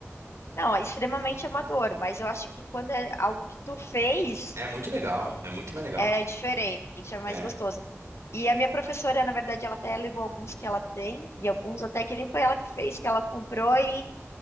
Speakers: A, on the left (about 65°); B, on the right (about 90°).
A: Não, é extremamente amador, mas eu acho que quando é algo que tu fez,
B: É muito legal. É muito mais legal.
A: é diferente, é mais
B: É.
A: gostoso. E a minha professora, na verdade, ela até levou alguns que ela tem, e alguns até que nem foi ela que fez, que ela comprou, e